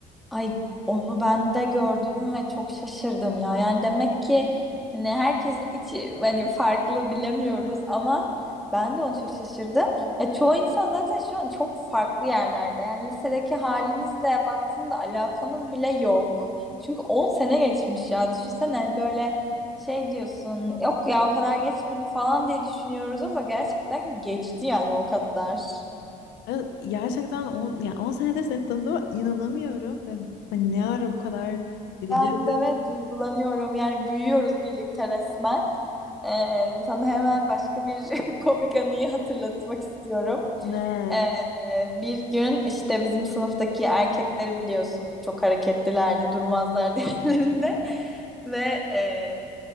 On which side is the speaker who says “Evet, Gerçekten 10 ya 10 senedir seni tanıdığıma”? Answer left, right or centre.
Left